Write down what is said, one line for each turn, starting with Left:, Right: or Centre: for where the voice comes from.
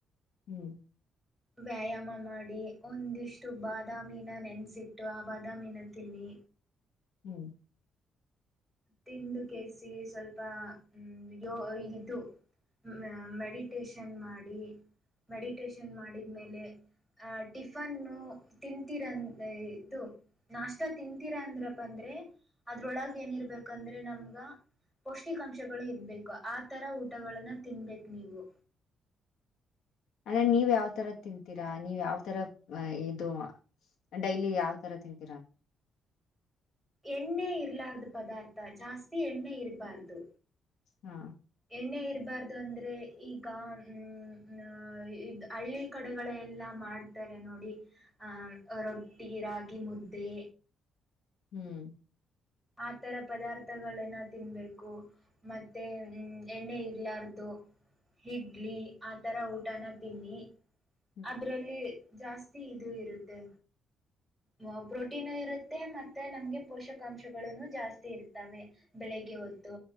Left: ಹ್ಮ್
Centre: ವ್ಯಾಯಾಮ ಮಾಡಿ ಒಂದಿಷ್ಟು ಬಾದಾಮಿನ ನೆನ್ಸಿಟ್ಟು ಆ ಬಾದಾಮಿನ ತಿನ್ನಿ
Left: ಹ್ಮ್
Centre: ತಿಂದು ಕೇಸಿ ಸ್ವಲ್ಪ ಹ ಯೋಗಿದ್ದು ಮ ಮೆಡಿಟಷನ್ ಮಾಡಿ ಮೆಡಿಟಷನ್ ಮಾಡಿದ್ಮೇಲೆ ಟಿಫನ್ನು ತಿಂತೀರ ಇದು ನಾಷ್ಟ ತಿಂತೀರಾ ಅಂದ್ರಪ್ಪ ಅಂದ್ರೆ ಅದ್ರೊಳಗ ಏನಿರ್ಬೇಕ ಯಕಂದ್ರೆ ನಮ್ಗ ಪೌಷ್ಟಿಕಾಂಶಗಳು ಇರ್ಬೇಕು ಆತರ ಊಟಗಳನ್ನ ತಿನ್ಬೇಕ ನೀವು
Left: ಅಂದ್ರೆ ನೀವ್ ಯಾವ್ ತರ ತಿಂತೀರಾ ನೀವ್ ಯಾವ ತರ ಇದು ಡೈಲಿ ಯಾವ್ ತರ ತಿಂತೀರಾ
Centre: ಎಣ್ಣೆ ಇರಲಾರ್ದ್ ಪದಾರ್ಥ ಜಾಸ್ತಿ ಎಣ್ಣೆ ಇರಬಾರ್ದು
Left: ಹಾ
Centre: ಎಣ್ಣೆ ಇರಬಾರ್ದ್ ಅಂದ್ರೆ ಈಗ ಹ್ಮ್ ಆಂ ಇದ್ ಹಳ್ಳಿ ಕಡೆಗಳ ಎಲ್ಲ ಮಾಡ್ತಾರೆ ನೋಡಿ ಆಂ ರೊಟ್ಟಿ ರಾಗಿ ಮುದ್ದೆ
Left: ಹ್ಮ್
Centre: ಆತರ ಪದಾರ್ಥಗಳನ ತಿನ್ಬೇಕು ಮತ್ತೆ ಹ್ಮ್ ಎಣ್ಣೆ ಇರ್ಲಾರ್ದು ಹಿಡ್ಲಿ ಆ ತರ ಊಟನ ತಿನ್ನಿ
Left: ಹ್ಮ್
Centre: ಅದ್ರಲ್ಲಿ ಜಾಸ್ತಿ ಇದು ಇರುತ್ತೆ ಹ್ಮ್ ಪ್ರೋಟೀನು ಇರುತ್ತೆ ಮತ್ತೆ ನಮ್ಗೆ ಪೋಷಕಾಂಶಗಳನು ಜಾಸ್ತಿ ಇರ್ತವೆ ಬೆಳಿಗ್ಗೆ ಹೊತ್ತು